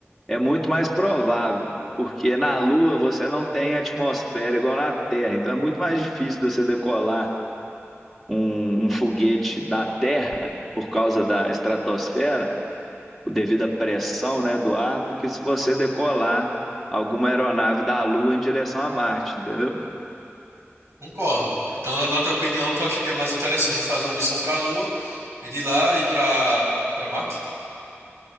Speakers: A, in the centre; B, on the right.
A: é muito mais provável, porque na Lua você não tem atmosfera igual na Terra, então é muito mais difícil você decolar um, um foguete da Terra por causa da estratosfera devido à pressão, né, do ar, do que se você decolar alguma aeronave da Lua em direção a Marte, entendeu?
B: concordo. Então, na na tua opinião, tu acha que é mais interessante fazer uma missão para a Lua e de lá ir para para Marte?